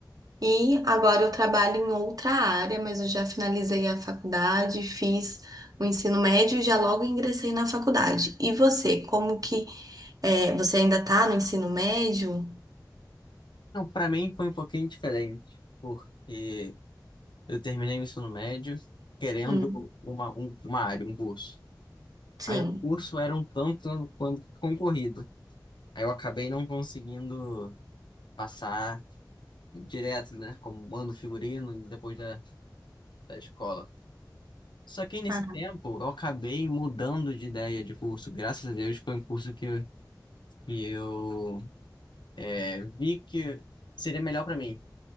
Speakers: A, on the right (about 55°); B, on the left (about 80°).
A: e agora eu trabalho em outra área, mas eu já finalizei a faculdade, fiz o ensino médio e já logo ingressei na faculdade. E você, como que é, você ainda está no ensino médio?
B: Não, pra mim foi um pouquinho diferente, porque eu terminei o ensino médio querendo
A: Hum,
B: uma, um- uma área, um curso.
A: sim.
B: Aí o curso era um tanto quanto concorrido. Aí eu acabei não conseguindo passar direto, né, como mando figurino depois da, da escola. Só que nesse
A: Ah,
B: tempo eu acabei mudando de ideia de curso. Graças a Deus foi um curso que, eu- que eu eh, vi que seria melhor pra mim.